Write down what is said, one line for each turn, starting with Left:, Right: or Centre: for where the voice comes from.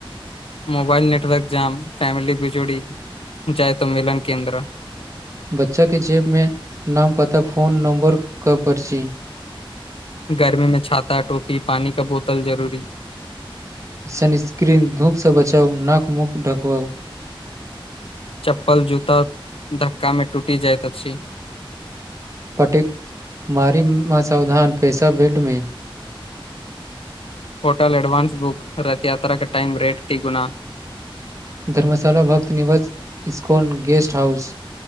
Left: मोबाइल नेटवर्क जाम फैमिली बिजोड़ी जायत मिलन केन्द्र
Right: बच्चा के जेब मे नाम पता फोन नंबर क पर्ची
Left: गर्मी मे छाता टोपी पानी का बोतल जरूरी
Right: सनस्क्रीन धूपसँ बचाउ नाक मुक ढकवाउ
Left: चप्पल जूता धक्का मे टुटि जाइत अछि
Right: पटेक मारी माँ सावधान पैसा बेल्ट मे
Left: hotel advance book Rath Yatra के टाइम रेट ती गुना
Right: धर्मशााला भक्त निवास ISKCON guest house